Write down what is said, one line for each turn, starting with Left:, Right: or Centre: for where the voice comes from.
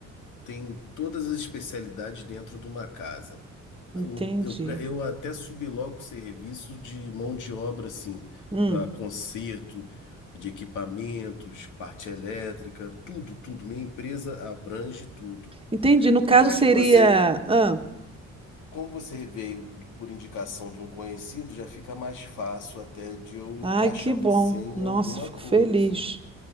Left: Tem todas as especialidades dentro de uma casa.
Right: Entendi.
Left: Eu, eu, pre- eu até subloco serviço de mão de obra, assim,
Right: Hum,
Left: para conserto de equipamentos, parte elétrica, tudo, tudo. Minha empresa abrange tudo.
Right: entendi. No caso
Left: E já
Right: seria.
Left: que você,
Right: Ah,
Left: como você veio por indicação de um conhecido, já fica mais fácil até de eu encaixar
Right: ai, que bom.
Left: você em
Right: Nossa,
Left: alguma
Right: fico
Left: coisa.
Right: feliz.